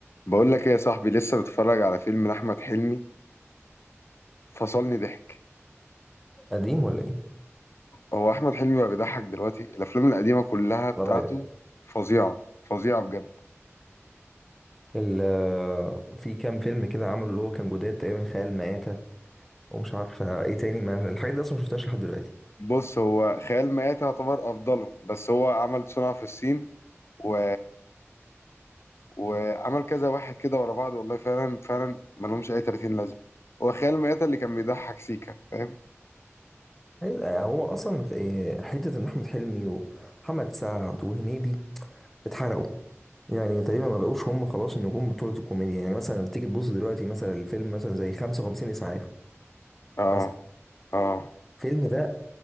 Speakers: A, on the left; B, in the centre.
A: بقول لك ايه يا صاحبي لسه بتفرج على فيلم لأحمد حلمي فصلني ضحك
B: قديم ولا ايه
A: هو أحمد حلمي بقى بيضحك دلوقتي الأفلام القديمة كلها بتاعته
B: ولا رايك
A: فظيعة فظيعة بجد
B: ال في كام فيلم كده عملوا اللي هو كان جداد تقريبا خيال مآتة ومش عارفة ايه تاني ما الحاجات دي اصلا ما شفتهاش لحد دلوقتي
A: بص هو خيال مآتة يعتبر أفضلهم بس هو عمل صنع في الصين و... وعمل كذا واحد كده ورا بعض والله فعلا فعلا ملهمش أي 30 لازمة هو خيال مآتة اللي كان بيضحك سيكا فاهم
B: هي- هو اصلا إيه، حتة ان احمد حلمي ومحمد سعد وهنيدي اتحرقوا يعني تقريبا ما بقوش هم خلاص النجوم بتوع الكوميديا يعني مثلا تيجي تبص دلوقتي مثلا الفيلم مثلا زي 55 اسعاف
A: اه
B: مثلا
A: اه
B: الفيلم ده